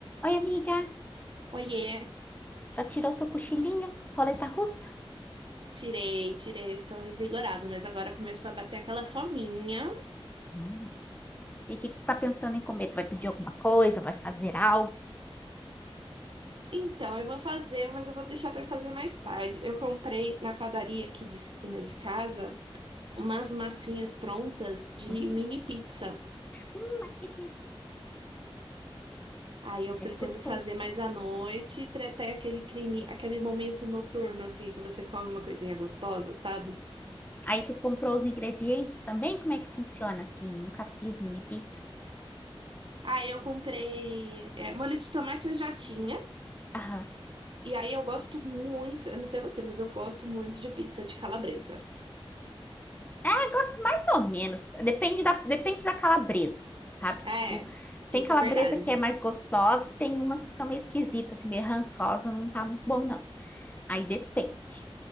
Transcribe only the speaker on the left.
Oi, amiga,
já tirou seu cochilinho? Roleta russa?
Hum, E o que que tu tá pensando em comer? Tu vai pedir alguma coisa? Vai fazer algo?
Hum.
Hum, mas fez minha pizza.
Parece
gostoso.
Aí tu comprou os ingredientes também? Como é que funciona assim? Eu nunca fiz mini pizza.
Aham.
Ah, gosto mais ou menos. Depende da, depende da calabresa, sabe?
Tipo, tem
calabresa
que é mais gostosa, tem umas que são meio esquisitas, assim, meio rançosa, não tá muito bom, não. Aí depende,